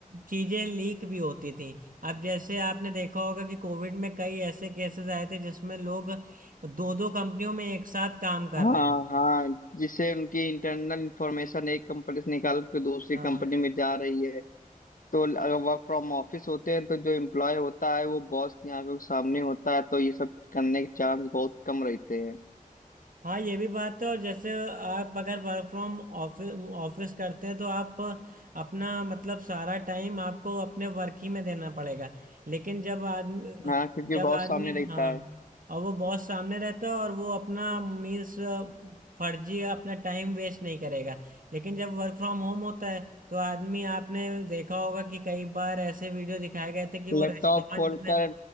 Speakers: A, on the right (about 70°); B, on the left (about 70°).
A: चीजें लीक भी होती थी अब जैसे आपने देखा होगा कि कोविड में कई ऐसे केसेस आए थे जिसमें लोग दो दो कंपनियों में एक साथ काम कर
B: हाँ
A: रहे थे
B: हाँ जिससे उनकी इंटरनल इंफॉर्मेशन एक कंपनी से निकाल के दूसरी
A: हाँ
B: कंपनी में जा रही है तो अगर वर्क फ्रॉम ऑफिस होते हैं तो जो एम्प्लॉय होता है वो बॉस की आंखों के सामने होता है तो ये सब करने के चांस बहुत कम रहते हैं
A: हाँ ये भी बात है और जैसे आप अगर वर्क फ्रॉम ऑफिस ऑफिस करते हैं तो आप अपना मतलब सारा टाइम आपको अपने वर्क ही में देना पड़ेगा लेकिन जब आदमी
B: हाँ क्योंकि बहुत
A: जब आदमी
B: सामने रहता
A: हाँ
B: है
A: और वो बॉस सामने रहता है और वो अपना मीन्स फर्जी अपना टाइम वेस्ट नहीं करेगा लेकिन जब वर्क फ्रॉम होम होता है तो आदमी आपने देखा होगा कि कई बार ऐसे वीडियो दिखाए गए थे कि वो
B: लैपटॉप
A: रेस्टोरेंट
B: खोलकर
A: में